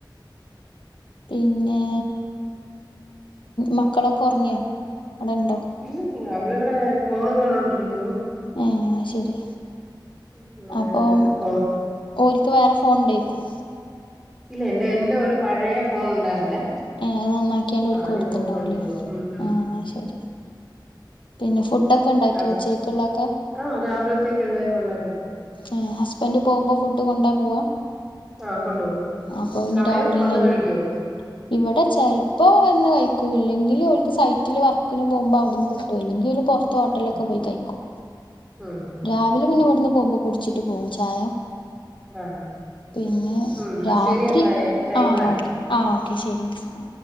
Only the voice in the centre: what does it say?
ഇല്ല അവളിവിടേ ഫോണും കണ്ടോണ്ടിരിക്കുന്നു.
<unintelligible>
ഇല്ല എന്റെ എന്റെ ഒരു പഴയ ഫോൺ ഉണ്ടായിരുന്നേ.
അത്
നോക്കിക്കൊണ്ടിരുന്നോളൂ ഉം ഉം
ഉം
ആൾ-
ആ രാവിലത്തേക്കല്ലേ ഉണ്ടാക്കിക്കോ
ആ കൊണ്ട്പോവും
അവിടെയോ
വന്ന് കഴിക്ക്യോ
ഉം
ഉം ഉം
ആഹാ
ഉം എന്നാ
ശരി എന്നായേ ടൈം
ആയി